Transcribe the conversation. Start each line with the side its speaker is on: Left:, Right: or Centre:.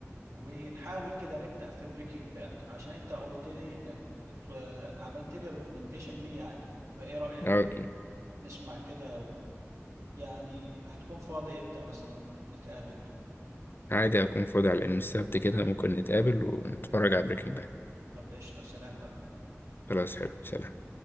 Right: ونحاول كده نبدأ في بريكنج باد عشان انت قلت لي انك ات- عملت لي ريكومنديشن ليه يعني فايه رأيك
Left: اه اوكي
Right: نسمع كده و... يعني هتكون فاضي امتى مثلا نتقابل
Left: عادي أكون فاضي على يوم السبت كده ممكن نتقابل ونتفرج على بريكنج باد
Right: طب قشطة سلام بقى
Left: خلاص حلو سلام